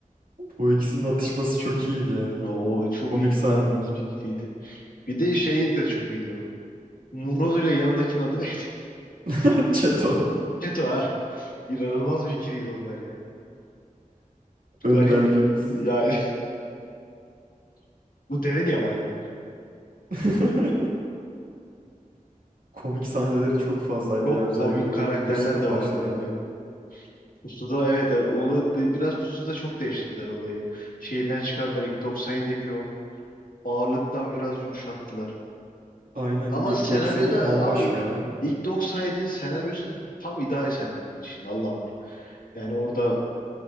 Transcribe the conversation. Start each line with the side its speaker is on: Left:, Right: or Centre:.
Right: O ikisinin atışması çok iyiydi ya.
Left: O çok
Right: Komik
Left: iyi-
Right: sahneler.
Left: inanılmaz bir ikiliydi. Bir de şey de çok iyiydi o. Muronu ile yanındakinin adı ne? <laughs>
Right: <laughs> Çeto
Left: Keto ha. İnanılmaz bir ikiliydi onlar ya.
Right: önderliğimiz.
Left: Garip bir yani <laughs> bu deve niye baygın?
Right: <laughs> Komik sahneleri çok fazlaydı
Left: Çok
Right: ya özellikle
Left: komik
Right: bu
Left: karakterler
Right: pusunun
Left: de vardı
Right: başlarında.
Left: ya aynen. Pusuda evet evet, onu de- biraz Pusuda çok değiştirdiler olayı. Şeyinden çıkardılar ilk 97'deki o ağırlıktan biraz yumuşattılar.
Right: Aynen
Left: Ama
Right: ilk
Left: senaryoda
Right: 97 bambaşka
Left: ama
Right: ya.
Left: ilk 97'nin senaryosu da tam ideal senaryoydu şimdi Allah var. Yani orada